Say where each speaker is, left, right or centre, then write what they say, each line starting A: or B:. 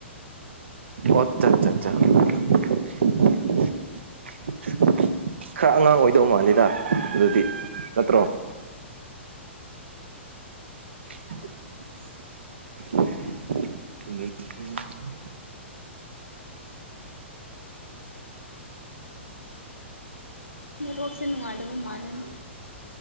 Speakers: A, on the right; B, on the left.
A: ꯑꯣ ꯑꯥ ꯑꯆꯥ <unintelligible> ꯈꯔ ꯑꯉꯥꯡ ꯑꯣꯏꯗꯧ ꯃꯥꯜꯂꯤꯗ ꯑꯗꯨꯗꯤ ꯅꯠꯇ꯭ꯔꯣ? <unintelligible>
B: ꯅꯦꯠꯋꯥꯛꯁꯦ ꯅꯨꯡꯉꯥꯏꯇꯕ ꯃꯥꯜꯂꯦꯅꯦ